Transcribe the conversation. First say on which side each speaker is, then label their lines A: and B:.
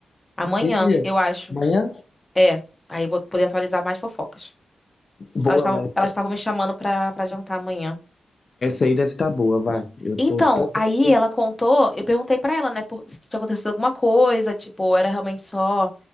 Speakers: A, on the left; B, on the left.
A: amanhã,
B: Que dia?
A: eu acho.
B: Amanhã?
A: É. Aí eu vou poder atualizar mais fofocas.
B: Boa,
A: Elas estavam,
B: mas
A: elas
B: essa
A: estavam me chamando pra, pra jantar amanhã.
B: aí deve estar boa, vai. Eu
A: Então,
B: tô todo,
A: aí
B: todo
A: ela contou, eu perguntei pra ela, né, por, se tinha acontecido alguma coisa, tipo, era realmente só,